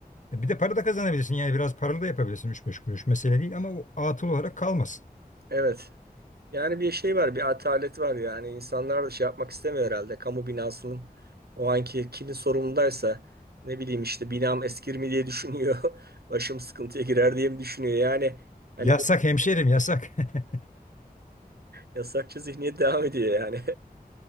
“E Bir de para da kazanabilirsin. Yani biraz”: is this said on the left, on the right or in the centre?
Left